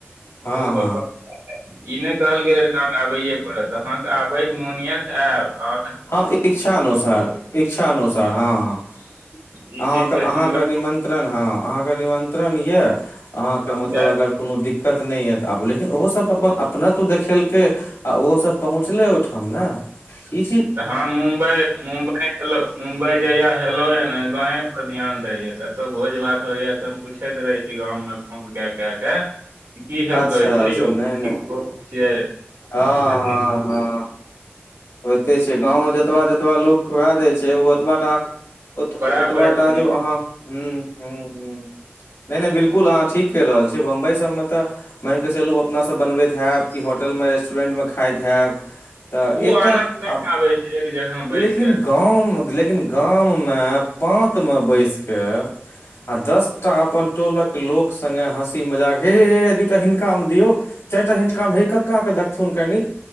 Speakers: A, on the left; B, on the right.
A: हँ
B: तऽ ओ
A: हँ
B: अपन ई नहि कहल गेल के आबैए पड़त अहाँ के आबय के मोनि ए त आयब अहाँ
A: हँ इच्छा अनुसार इच्छानुसार हँ हँ
B: ई
A: अहाँ
B: चीजके
A: के अहाँके
B: सुनलक
A: निमन्त्रण हँ अहाँके निमन्त्रण यए अहाँके
B: हम
A: मतलब
B: तऽ
A: अगर कोनो दिक्क क्कत नहि य तऽ आबू लेकिन ओहो सब अपन अपनत्व देखेलकै आ ओहो सब पहुँचलै ओहिठाम ने कि
B: तऽ हमँ मुम्बइ मुम्बइो मुम्बइ जहिया हेलो ह गावे पर ध्यान रहय या कतहु भोज भात होइ या तऽ हम पूछैत रहे छी गाँव मे फोन के के की सब
A: अच्छा
B: कहै छै
A: अच्छा
B: यौ
A: नहि नहि
B: छियै
A: हँ हँ
B: तऽ
A: हँ होइते छै गाँव मे जतबा जतबा लोक खुऐ दै छै ओ ओतबा टा ओत
B: बड़ा
A: ओतबाटा
B: परेशानी
A: जो अहाँ हूं हूं हूं नहि नहि बिल्कुल अहाँ ठीक कर रहल छीयै बम्बई सब में तऽ मानि कऽ चलू अपना सब बनबैत हैब कि होटल मे रेस्टोरेन्ट मे खाइत हैब तऽ
B: ओ
A: एक
B: आनन्द
A: टा
B: नहि
A: अब
B: आबै छै एक जगह
A: लेकिन
B: बैठ के
A: गाँव लेकिन गाम मे पात मे बैसके आ दस टा अपन टोलक लोक सगे हँसी मजाक हे हेे दूटा हिनका मे दियै चारि टा हिनका मे हइ कका के देकथुन कनी